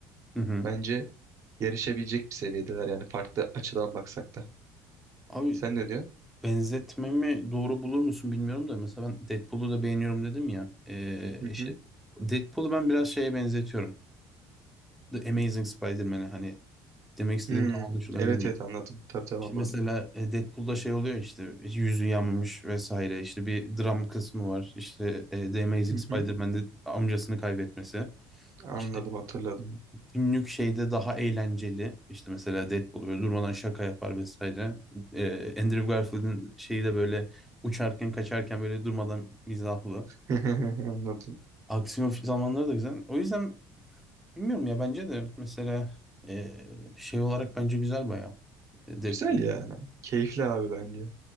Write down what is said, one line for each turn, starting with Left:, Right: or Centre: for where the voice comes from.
Centre: Hı hı.
Right: Bence yarışabilecek bir seviyedeler yani farklı açıdan baksak da.
Centre: Abi
Right: Sen ne diyorsun?
Centre: Benzetmemi doğru bulur musun bilmiyorum da mesela ben Deadpool'u da beğeniyorum dedim ya. Ee,
Right: Hı
Centre: işte
Right: hı.
Centre: Deadpool'u ben biraz şeye benzetiyorum. The Amazing Spider-Man'e hani demek istediğim
Right: Hmm,
Centre: tam anlaşılan
Right: Evet
Centre: bilmiyorum.
Right: evet anladım. Tabii tabii
Centre: Şimdi
Right: anladım.
Centre: mesela e, Deadpool'da şey oluyor işte işte yüzü yanmış vesaire işte bir dram kısmı var. İşte e, The Amazing
Right: Hı
Centre: Spider-Man'de
Right: hı.
Centre: amcasını kaybetmesi.
Right: Anladım
Centre: İşte
Right: hatırladım.
Centre: Günlük şeyde daha eğlenceli. İşte mesela Deadpool böyle durmadan şaka yapar vesaire. Ee, Andrew Garfield'in şeyi de böyle uçarken kaçarken böyle durmadan mizahlı.
Right: <laughs> Anladım.
Centre: Aksiyon zamanları da güzel. O yüzden bilmiyorum ya bence de mesela ee, şey olarak bence güzel bayağı e, Deadpool.
Right: Güzel ya. Keyifli abi bence.